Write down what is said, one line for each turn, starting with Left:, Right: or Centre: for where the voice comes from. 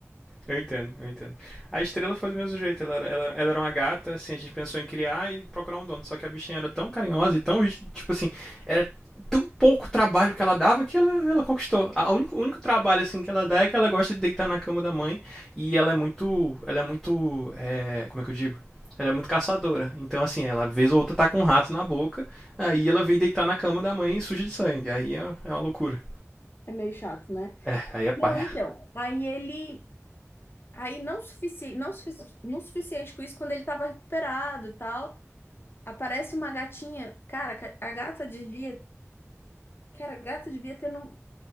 Centre: Eu entendo, eu entendo. A estrela foi do mesmo jeito, ela, era- ela, ela era uma gata, assim, a gente pensou em criar e procurar um dono. Só que a bichinha era tão carinhosa e tão, tipo assim, era tão pouco trabalho que ela dava que ela, ela conquistou. A- a único- O único trabalho, assim, que ela dá é que ela gosta de deitar na cama da mãe e ela é muito, ela é muito, é, como é que eu digo? Ela é muito caçadora. Então, assim, ela vez ou outra tá com um rato na boca, aí ela vem deitar na cama da mãe e suja de sangue. Aí é, é uma loucura.
Left: É meio chato, né?
Centre: É, aí é paia.
Left: Não, então. Aí ele. Aí não, sufici... não, sufici... não suficiente com isso, quando ele tava recuperado e tal, aparece uma gatinha. Cara, ca- a gata devia. Cara, a gata devia ter no...